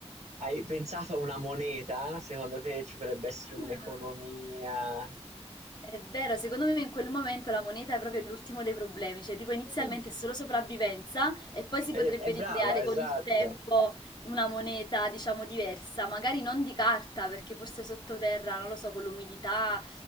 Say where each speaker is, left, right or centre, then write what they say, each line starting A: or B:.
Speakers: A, on the right; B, on the left.
A: Hai pensato a una moneta? Secondo te ci potrebbe essere un'economia?
B: Ah. È vero, secondo me in quel momento la moneta è proprio l'ultimo dei problemi, cioè tipo inizialmente
A: Mm,
B: è solo sopravvivenza e poi si
A: È,
B: potrebbe
A: è brava,
B: ricreare
A: esatto.
B: con il tempo una moneta, diciamo, diversa, magari non di carta, perché forse sottoterra, non lo so, con l'umidità,